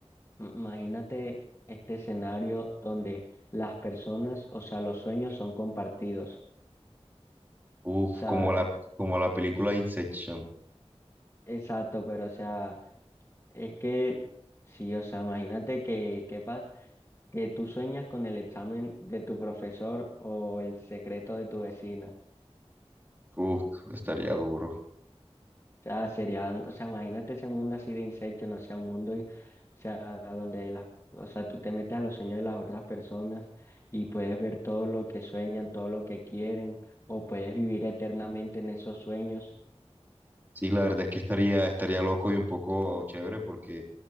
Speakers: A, on the left; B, on the right.
A: imagínate este escenario donde las personas, o sea, los sueños son compartidos.
B: Uf,
A: O sea,
B: como la, como la película Inception.
A: exacto, pero o sea, es que sí, o sea, imagínate que, ¿qué pasa? que tú sueñas con el examen de tu profesor o el secreto de tu vecina.
B: Uf, estaría duro.
A: O sea, sería, o sea, imagínate ese mundo así de insectos, no sea, un mundo, y- o sea, donde las, o sea, tú te metes a los sueños de las otras personas y puedes ver todo lo que sueñan, todo lo que quieren, o puedes vivir eternamente en esos sueños.
B: Sí, la verdad es que estaría, estaría loco y un poco chévere porque,